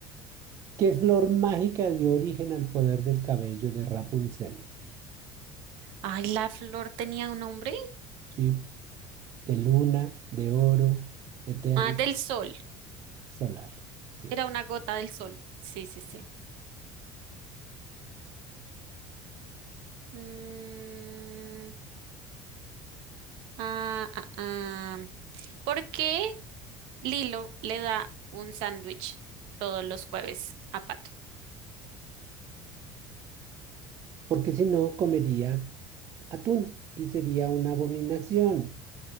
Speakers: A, on the right (about 30°); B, on the right (about 60°).
A: ¿Qué flor mágica dio origen al poder del cabello de Rapunzel?
B: Ay, la flor tenía un nombre.
A: Sí, de luna, de oro, eterno,
B: Ah, del sol.
A: solar. Sí.
B: Era una gota del sol. Sí, sí, sí. Mm, ah, ah, ah. ¿Por qué Lilo le da un sándwich todos los jueves a Pato?
A: Porque si no, comería atún y sería una abominación.